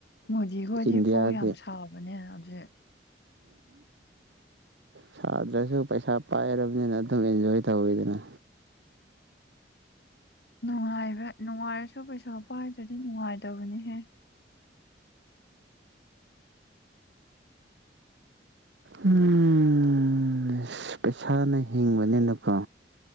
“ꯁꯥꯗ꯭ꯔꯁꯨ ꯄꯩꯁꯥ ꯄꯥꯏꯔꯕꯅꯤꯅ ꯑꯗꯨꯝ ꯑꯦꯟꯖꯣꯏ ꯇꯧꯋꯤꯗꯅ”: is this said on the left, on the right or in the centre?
Right